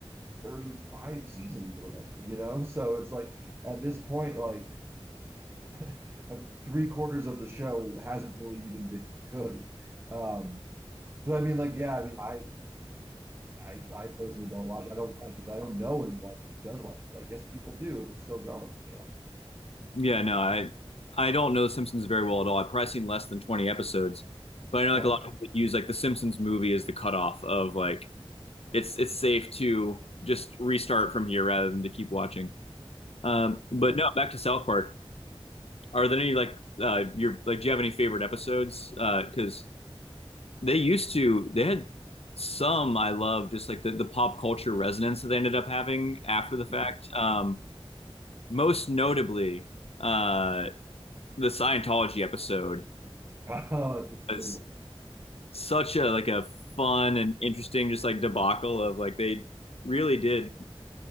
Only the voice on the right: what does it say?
35 seasons or whatever, you know? So it's like at this point, like <laughs> three quarters of the show hasn't really even been good. Um, but I mean, like, yeah, I mean, I, I, I personally don't watch. It. I don't like, cause I don't know anyone who does watch it. But I guess people do if it's still going, you know.
Okay.
Yeah.
Yeah.
<laughs>
Oh, that's a good
one.